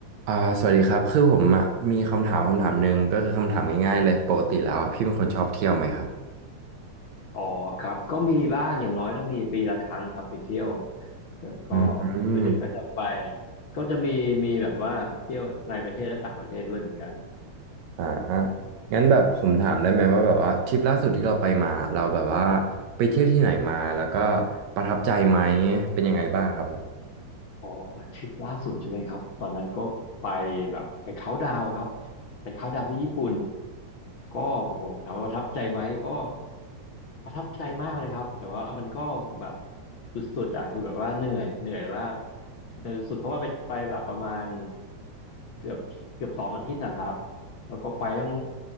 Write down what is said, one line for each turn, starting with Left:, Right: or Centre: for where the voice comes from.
Right: อ่าสวัสดีครับคือผมอ่ะมีคำถามคำถามหนึ่งก็คือคำถามง่ายๆเลยปกติแล้วอะพี่เป็นคนชอบเที่ยวไหมครับ
Left: อ๋อครับก็มีบ้างอย่างน้อยต้องมีปีละครั้งครับไปเที่ยวก็ก็
Right: อืม
Left: ส่วนใหญ่ก็จะไปก็จะมีมีแบบว่าเที่ยวในประเทศและต่างประเทศด้วยเหมือนกัน
Right: อ่างั้นแบบผมถามได้ไหมว่าแบบว่าทริปล่าสุดที่เราไปมาเราแบบว่าไปเที่ยวที่ไหนมาแล้วก็ประทับใจไหมเป็นยังไงบ้างครับผม
Left: อ๋อทริปล่าสุดใช่ไหมครับตอนนั้นก็ไปแบบไปเขาน์ดาวน์ครับไปเขาน์ดาวน์ที่ญี่ปุ่นก็โอ้โหถามว่าประทับใจไหมก็ประทับใจมากเลยครับแต่ว่ามันก็แบบสุดๆอะคือแบบว่าเหนื่อยเหนื่อยว่าเหนื่อยสุดเพราะว่าไปไปแบบประมาณเกือบเกือบสองอาทิตย์นะครับแล้วก็ไปตั้ง